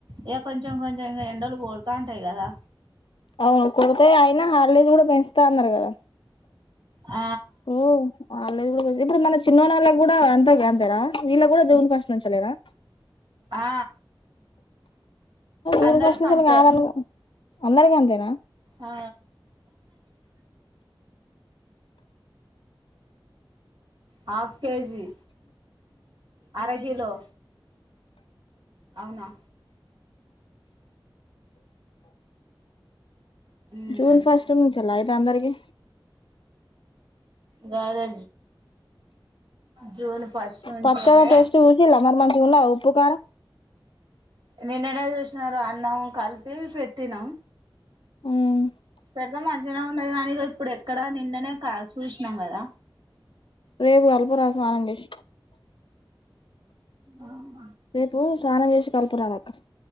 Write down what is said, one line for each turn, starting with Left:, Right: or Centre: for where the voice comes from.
Right: ఇక కొంచెం కొంచెం ఇం ఎండలు పోడుతా ఉంటాయి కదా
Left: అవును కొడితే అయినా హాలిడేస్ కూడా పెంచుతా అన్నారు కదా
Right: ఆ
Left: ఇప్పుడు ఇప్పుడు మన చిన్నోన్న వాళ్ళకి కూడా ఎంత అంతేనా వీళ్ళ కూడా జాన్ ఫస్టు లనుంచేనా
Right: ఆ అందరికి
Left: ఊరి ప్రశనించని
Right: అంతే
Left: కాదను అందరికి అంతేనా
Right: ఆ, హాఫ్ కేజీ అర కిలో అవునా ఉమ్.
Left: జూన్ ఫస్ట్ నుంచిలా అయితే అందరికి
Right: గదే జూన్ ఫస్ట్ నుంచేలే
Left: పచ్చడా టెస్ట్ చూసి లమమం చూడన ఉప్పుకారం
Right: నిన్ననే చూసిన అన్నాం కలిపి పెట్టినాం
Left: ఉమ్
Right: పెద్ద మంచిగా ఉన్నది కాని ఇప్పుడు ఎక్కడ నిన్ననే చూసినాం కదా
Left: రేపు అల్ప రాసం ఆనంగేష్
Right: ఉమ్
Left: రేపు స్నానం చేసి కలుపురాదక్క